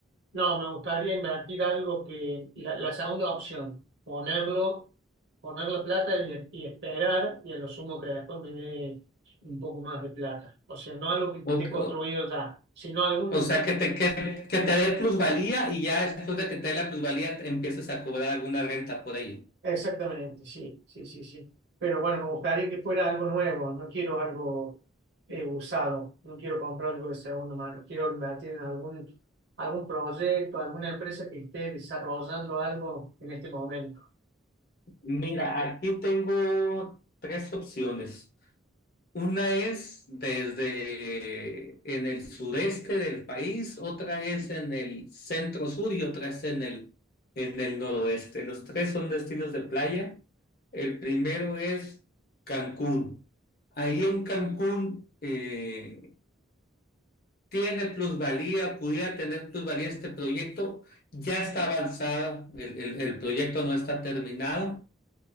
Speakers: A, on the right; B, on the left.
A: no, me gustaría invertir algo que, la, la segunda opción, ponerlo, poner la plata y, y esperar y a lo sumo que después me dé un poco más de plata. O sea, no algo que esté
B: o,
A: construido
B: o,
A: ya, sino algún
B: o sea que te que, que te dé plusvalía y ya después de que te dé la plusvalía empieces a cobrar alguna renta por ello.
A: Exactamente, sí, sí, sí, sí. Pero bueno, me gustaría que fuera algo nuevo, no quiero algo eh, usado, no quiero comprar algo de segunda mano, quiero invertir en algún, algún proyecto, alguna empresa que esté desarrollando algo en este momento.
B: Mira, aquí tengo tres opciones. Una es desde en el sureste del país, otra es en el centro sur y otra es en el, en el noroeste. Los tres son destinos de playa. El primero es Cancún. Ahí en Cancún eh, tiene plusvalía, pudiera tener plusvalía este proyecto. Ya está avanzado, el, el, el proyecto no está terminado